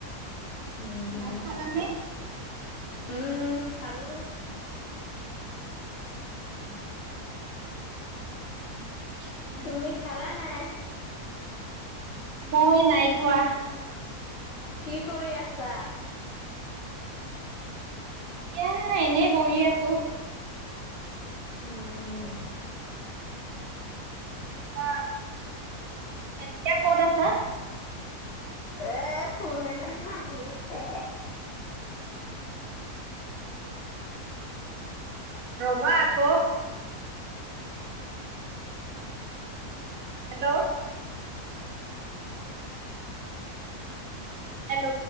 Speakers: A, on the left; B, on the right.
A: উম,
B: ভাত খালানে?
A: <inaudible> উম, খালো।
B: অ এতিয়া কি কৰি
A: তুমি
B: আছা?
A: খালা নাই?
B: মই নাই খোৱা।
A: কি কৰি আছা?
B: এতিয়া এনেই বহি আছো।
A: উম, উম,
B: কিবা, এতিয়া ক'ত আছা?
A: এ ফোন এটা আহিছে
B: ৰ'বা আকৌ' হেল্ল ' হেল্ল'